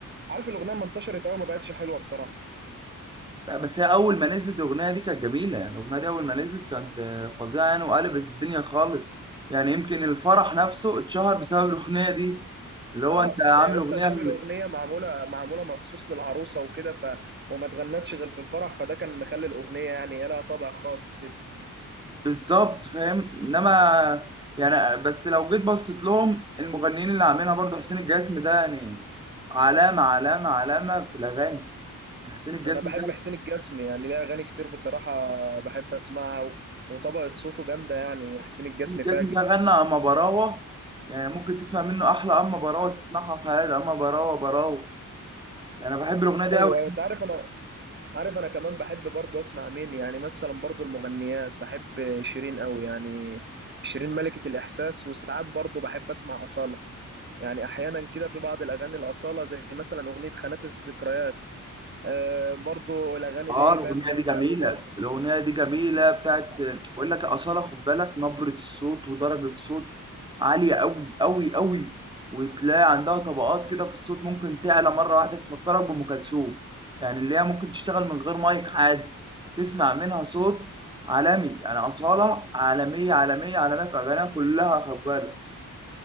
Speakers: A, on the right; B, on the right.
A: عارف الاغنيه ما انتشرت قوي ما بقتش حلوه بصراحه
B: لا بس هي اول ما نزلت الاغنيه دي كانت جميله يعني الاغنيه دي اول ما نزلت كانت آه، فظيعه يعني وقلبت الدنيا خالص يعني يمكن الفرح نفسه اتشهر بسبب الاغنيه دي اللي هو
A: اه
B: انت عامل
A: هي بس
B: اغنيه
A: عشان
B: ل-
A: الاغنيه معموله معموله مخصوص للعروسه وكده ف وما اتغنتش غير في الفرح فده كان مخلي الاغنيه يعني لها طابع خاص كده
B: بالظبط فاهم انما يعني بس لو جيت بصيت لهم المغنيين اللي عاملينها برضه حسين الجسمي ده يعني علامه علامه علامه في الاغاني يعني حسين الجسمي
A: انا بحب
B: ده
A: حسين الجسمي يعني ليه اغاني كتير بصراحه بحب اسمعها و... وطبقه صوته جامده يعني حسين الجسمي
B: حسين الجسمي
A: فاجر
B: ده غنى اما براوه يعني ممكن تسمع منه احلى اما براوه تسمعها في حياتك اما براوه براوه يعني انا بحب الاغنيه دي
A: ايوه
B: قوي
A: انت عارف انا عارف انا كمان بحب برضو اسمع مين يعني مثلا برضو المغنيات بحب شيرين قوي يعني شيرين ملكه الاحساس وساعات برضو بحب اسمع اصاله يعني احيانا كده في بعض الاغاني الاصاله زي مثلا اغنيه خانات الذكريات آه برضو الاغاني
B: اه
A: دي
B: الاغنيه
A: فاهم جامده
B: دي جميله
A: قوي برضو
B: الاغنيه دي جميله بتاعت بقول لك اصاله خد بالك نبره الصوت ودرجه صوت عاليه قوي قوي قوي وتلاقي عندها طبقات كده في الصوت ممكن تعلى مره واحده تفكرك بام كلثوم يعني اللي هي ممكن تشتغل من غير مايك عادي تسمع منها صوت عالمي يعني اصاله عالميه عالميه عالميه في اغانيها كلها خد بالك